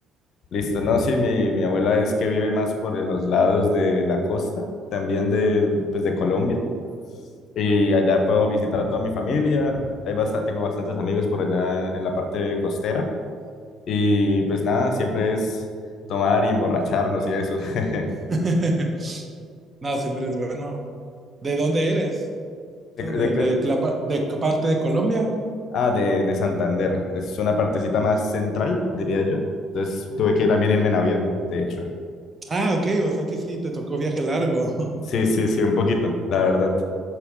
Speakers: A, on the left; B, on the right.
A: listo. No, sí, mi, mi abuela es que vive más por los lados de la costa, también de, pues, de Colombia, y allá puedo visitar a toda mi familia, hay basta- tengo bastantes amigos por allá en en la parte costera, y pues nada, siempre es tomar y emborracharnos y eso. <laughs>
B: <laughs> No, siempre es bueno. ¿De dónde eres?
A: De,
B: ¿Tú
A: de-
B: de,
A: qué-
B: de, la, pa- de qué parte de Colombia.
A: Ah, de, de Santander. Es una partecita más central, diría yo. Entonces tuve que también irme en avión, de hecho.
B: Ah, ok, o sea que sí, te tocó viaje largo. <laughs>
A: Sí, sí, sí, un poquito, la verdad.